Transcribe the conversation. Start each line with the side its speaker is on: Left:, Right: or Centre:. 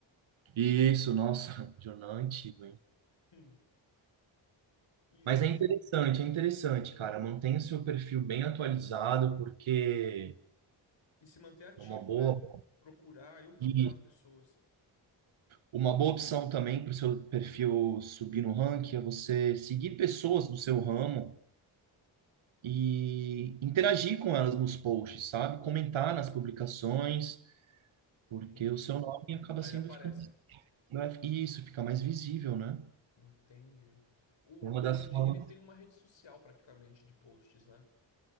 Right: Isso, nossa, <laughs> jornal antigo, hein?
Left: Hum. E,
Right: Mas
Left: se-
Right: é interessante, é interessante, cara. Mantenha o seu perfil bem atualizado, porque
Left: e se manter ativo,
Right: é uma boa
Left: né? Procurar, eu procurar
Right: e
Left: as pessoas.
Right: uma boa opção também para o seu perfil subir no ranking é você seguir pessoas do seu ramo e interagir com elas nos posts, sabe? Comentar nas publicações.
Left: Entendi.
Right: Porque o seu nome acaba
Left: Aí
Right: sendo
Left: ele aparece.
Right: ficando, não é, isso, fica mais visível, né?
Left: Entendi. O
Right: É
Left: LinkedIn
Right: Uma das formas.
Left: ele tem uma rede social praticamente de posts, né?